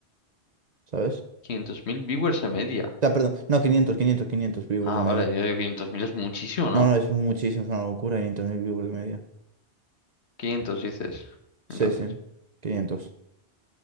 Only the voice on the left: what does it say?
quinientos mil viewers en media.
Ah,
vale, yo digo 500.000 es muchísimo, ¿no?
500 dices.
Entonces.